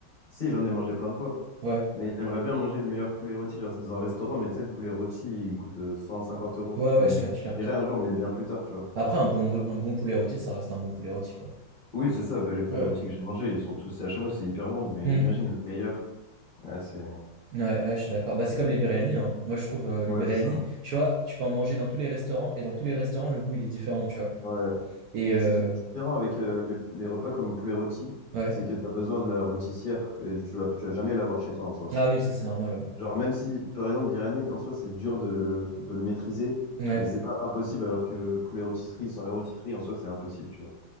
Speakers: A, on the left; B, on the right.
A: Si, j'en ai mangé plein de fois.
B: Ouais.
A: Mais j'aimerais bien manger le meilleur poulet rôti. Genre, c'est dans un restaurant, mais tu sais, le poulet rôti, il coûte euh, 150 euros.
B: Ouais, ouais,
A: Mais
B: je
A: je
B: capte,
A: je
B: je capte.
A: dirais un jour, mais bien plus tard, tu vois.
B: Après, un bon, un bon poulet rôti, ça reste un bon poulet rôti, quoi.
A: Oui, c'est ça, bah, les poulets
B: Ouais.
A: rôtis que j'ai mangés, ils sont tous, à chaque fois, c'est hyper bon, mais
B: Hmm.
A: imagine le meilleur. Ah, c'est...
B: Ouais, ouais, je suis d'accord. Bah, c'est comme les biryani, hein. Moi, je trouve euh,
A: Ouais,
B: le biryani,
A: c'est ça.
B: tu vois, tu peux en manger dans tous les restaurants et dans tous les restaurants, le goût, il est différent, tu vois.
A: Ouais.
B: Et
A: Mais
B: euh,
A: ce qui est différent avec euh, les, les repas comme poulet rôti,
B: ouais.
A: c'est que tu as besoin de la rôtissière et tu vas, tu vas jamais l'avoir chez toi en soi.
B: Ah oui, ça c'est normal,
A: Genre, même si, par exemple, biryani, en soi, c'est dur de le, de le maîtriser,
B: ouais. Ouais,
A: mais c'est pas impossible, alors que poulet rôtisserie, sans la rôtisserie, en soi, c'est impossible, tu vois.